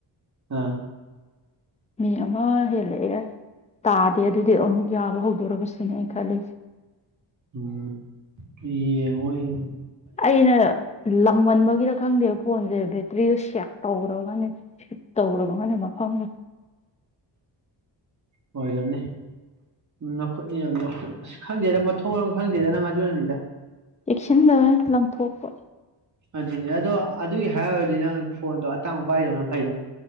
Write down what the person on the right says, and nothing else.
ꯑꯥ
ꯎꯝ ꯏ ꯑꯣꯏꯣꯏ
ꯑꯣꯏꯣꯏꯗꯕꯅꯤ ꯅꯈꯨꯠꯅꯤ ꯑꯁ ꯈꯪꯗꯦꯗ ꯃꯊꯣꯡ ꯃꯔꯝ ꯈꯪꯗꯦꯗ ꯅꯪ ꯑꯗꯨꯅꯅꯤꯗ
ꯑꯗꯨꯅꯤ ꯑꯗꯣ ꯑꯗꯨꯒꯤ ꯍꯥꯏꯨꯔꯗꯤ ꯅꯪ ꯐꯣꯟꯗꯣ ꯑꯇꯥꯡꯕ ꯄꯥꯏꯗꯧꯅ ꯐꯩꯗ